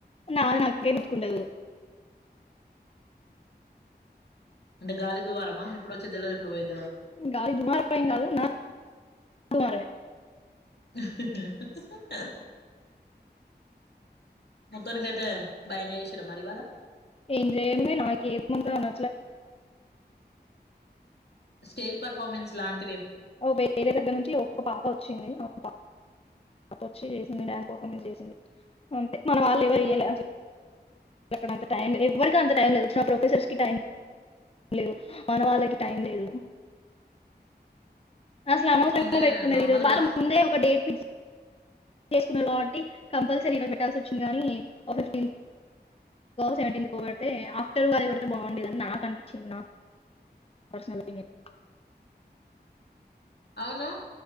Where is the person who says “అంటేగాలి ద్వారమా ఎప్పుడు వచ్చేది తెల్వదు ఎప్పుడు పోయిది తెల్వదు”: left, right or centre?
Left